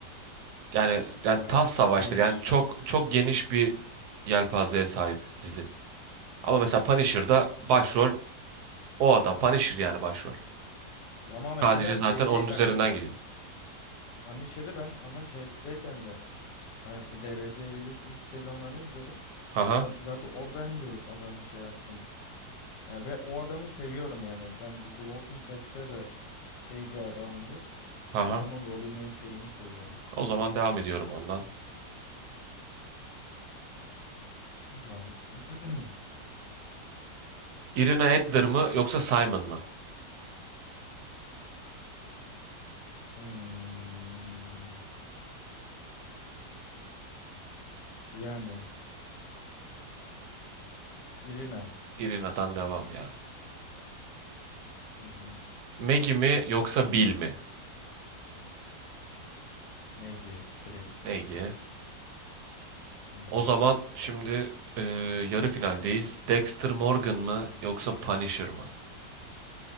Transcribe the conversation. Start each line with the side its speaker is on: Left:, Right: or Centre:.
Right: Yani yani
Left: daha
Right: taht savaşları.
Left: geniş.
Right: Yani çok çok geniş
Left: Evet.
Right: bir yelpazeye sahip dizi. Ama mesela Punisher'da başrol o adam. Punisher yani başrol.
Left: Ama mesela
Right: Sadece zaten
Left: şeyde
Right: onun üzerinden
Left: ben
Right: gidiyor.
Left: Punisher'ı ben ama şeydeyken de hani Daredevil'in ilk sezonlarını izliyordum.
Right: Haha.
Left: Ben zaten oradan görüp adamı şey yaptım. Ya ve o adamı seviyorum yani. Bence The Walking Dead'te de şey bir adamdı.
Right: Haha.
Left: O adamın rolünü, şeyini seviyorum.
Right: O zaman devam ediyorum ondan.
Left: Tamam. <clears throat>
Right: Irina Adler mı yoksa Simon mı?
Left: Hmm. Yani s- Irina.
Right: Irina'dan devam ya.
Left: Hı hı.
Right: Maggie mi yoksa Bill mi?
Left: Maggie direkt.
Right: Maggie.
Left: Hı hı.
Right: O zaman şimdi e, yarı finaldeyiz. Dexter Morgan mı yoksa Punisher mı?